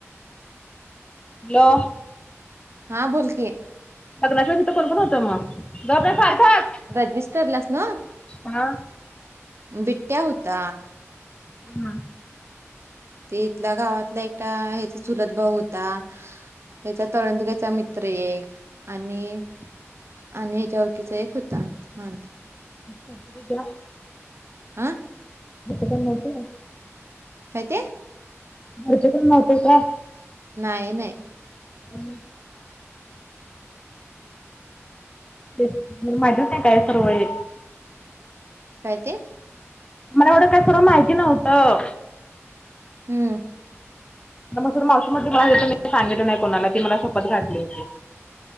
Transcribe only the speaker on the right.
हा बोल की.
रजिस्टरलाच ना.
बिटट्या होता.
ते इथल्या गावातला एकटा ह्याचा चुलत भाऊ होता. ह्याचा तळंदग्याचा मी त्र एक आणि आणि याच ओळकीचा एक होता मा
हा
काय ते?
नाही नाही.
काय ते?
हम्म‌.